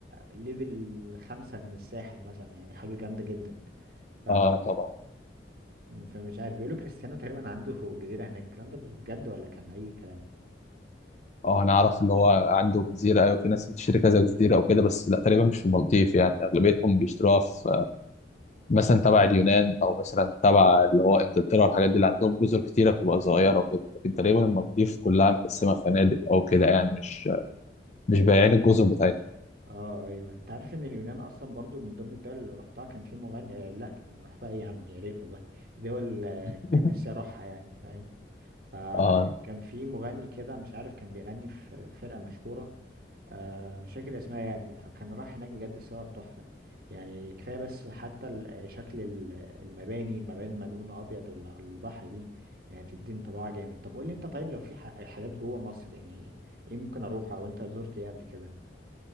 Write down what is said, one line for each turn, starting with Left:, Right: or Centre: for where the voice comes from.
Right: ليفل خمسة من الساحل مثلا يعني حاجه جامده جدا ف
Left: أه طبعا
Right: فمش عارف بيقولوا كريستيانو تقريبا عنده جزيره هناك الكلام ده بجد ولا كان اي كلام
Left: أه أنا أعرف اللي هو عنده جزيرة أيوه في ناس بتشتري كذا جزيرة أو كده بس لا تقريبا مش في المالديف يعني أغلبيتهم بيشتروها في مثلا تبع اليونان او مثلا تبع اللي هو انجلترا والحاجات دي اللي عندهم جزر كتيره بتبقى صغيره وكده لكن تقريبا المالديف كلها متقسمه فنادق او كده يعني مش مش بايعين الجزر بتاعتها
Right: اه ايوه انت عارف ان اليونان اصلا برضو من ضمن الدول اللي رحتها كان في مغني آه لا كان رحتها ايه يا عم يا ريت والله دول آه
Left: <laughs>
Right: كان نفسي اروحها يعني فاهم فكان
Left: آه
Right: في مغني كده مش عارف كان بيغني في فرقة مشهورة آه مش فاكر اسمها يعني فكان راح هناك بجد الصور تحفة يعني كفاية بس حتى ال- آه، شكل ال- المباني المباني المدهونة أبيض واللي على البحر دي يعني بتدي انطباع جامد طب قول لي انت طيب لو في ح- حاجات جوه مصر يعني ايه ممكن اروحها او انت زرت ايه قبل كده